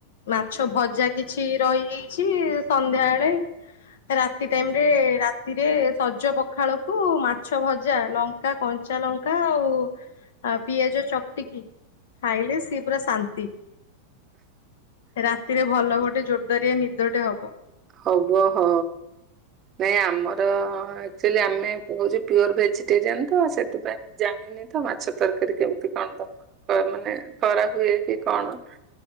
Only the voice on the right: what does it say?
ହବ ହଁ ନାଇଁ ଆମର ଆକ୍ଟୁଆଲି ଆମେ। ମୁଁ ହଉଛି ପିଓର ଭେଜିଟେରିଆନ ତ ସେଥିପାଇଁ ମୁଁ ଜାଣିନି ତ ମାଛ ତରକାରୀ କେମିତି କଁ ତମ। ମାନେ କରାହୁଏ କି କଣ।